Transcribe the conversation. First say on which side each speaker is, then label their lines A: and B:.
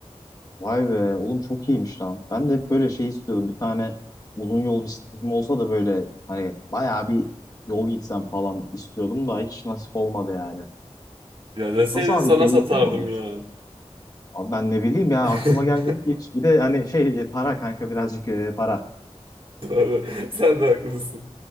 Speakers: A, on the left; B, on the right.
A: Vay be oğlum çok iyiymiş lan. Ben de hep böyle şey istiyordum. Bir tane uzun yol bisikletim olsa da böyle hani bayağı bir yol gitsem falan istiyordum da hiç nasip olmadı yani.
B: Ya deseydin
A: Nasıl abi
B: sana
A: keyifli
B: satardım
A: mi olmuş?
B: ya.
A: Abi ben ne bileyim ya
B: <laughs>
A: aklıma gelmedi ki hiç. Bir de hani şey e, para kanka birazcık e, para.
B: Doğru. Sen de haklısın.